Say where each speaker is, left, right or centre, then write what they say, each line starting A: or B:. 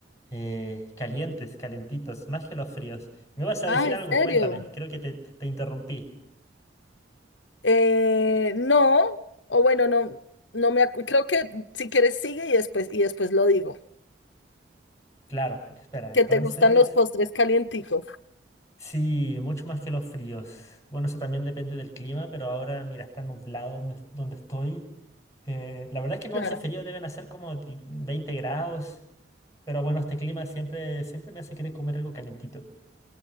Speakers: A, on the left; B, on the left.
A: eh, calientes, calentitos, más que los fríos. ¿Me vas a decir
B: Ah,
A: algo?
B: ¿en serio?
A: Cuéntame, creo que te, te interrumpí.
B: Eh, no, o bueno, no, no me acu- creo que si quieres sigue y después y después lo digo.
A: Claro, espera,
B: Que
A: entonces...
B: te gustan los postres calienticos.
A: Sí, mucho más que los fríos. Bueno, eso también depende del clima, pero ahora, mira, está nublado donde, donde estoy. Eh, la verdad es que no
B: Claro.
A: hace frío, deben hacer como di- 20 grados. Pero bueno, este clima siempre, siempre me hace querer comer algo calentito.